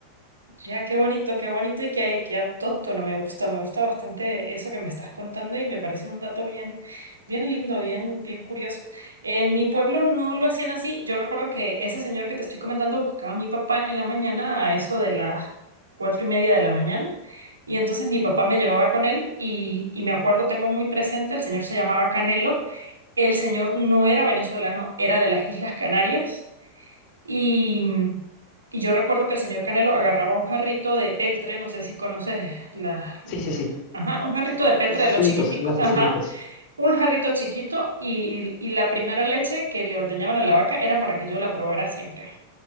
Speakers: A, on the right (about 75°); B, on the left (about 45°).
A: ¡Ya qué bonito, qué bonito y qué, qué autóctono, me gusta, me gusta bastante eso que me estás contando y me parece un dato bien, bien lindo, bien, bien curioso. En mi pueblo no lo hacían así, yo recuerdo que ese señor que te estoy comentando buscaba a mi papá en la mañana a eso de las cuatro y media de la mañana y entonces mi papá me llevaba con él y, y me acuerdo, tengo muy presente, el señor se llamaba Canelo, el señor no era venezolano, era de las Islas Canarias. Y, y yo recuerdo que el señor Canelo agarraba un jarrito de peltre, no sé si conoces la, la-
B: Sí, sí, sí.
A: Ajá, un jarrito
B: Sí,
A: de peltre
B: los
A: de
B: azulitos.
A: los chiquiticos,
B: Azulitos, las
A: ajá,
B: azulitos.
A: un jarrito chiquito y, y la primera leche que le ordeñaban a la vaca era para que yo la probara siempre.